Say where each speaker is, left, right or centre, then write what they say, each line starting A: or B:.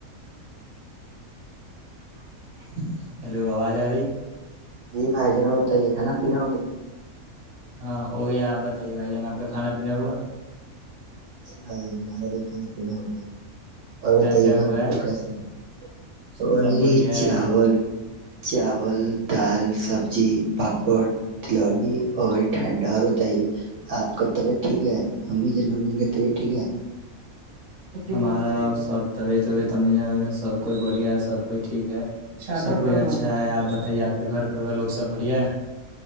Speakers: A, on the right; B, on the right.
A: ج
B: ہیلو آواز آ رہی
A: جی بھائی ج بتائیے کھانا پینا ہو
B: ہاں ہو گیا آپ بتائیے بھائی جان آپ کا کھانا پینا ہوا
A: ہ بار ب پانی ج اور
B: کیا
A: بتائیے
B: کیا ہوا
A: گھر پ
B: ہے
A: لوگ کیسے ہیں س
B: سب
A: گی
B: بڑھیا
A: چاول
B: ہے
A: چاول دال سبزی پاپڑ تلوڑی اور ٹھنڈا اور بت ہی آپ کا طبیعت ٹھیک ہے ہم بھی ج ن ب گتے ٹھیک ہے
B: ہمارا سب طبیعت وبیت ان اجن سب کوئی بڑھیا ہے سب کوئی ٹھیک ہے سب کوئی اچھا ہے آپ بتائیے آپ کے گھر پ لوگ سب بڑھیا ہے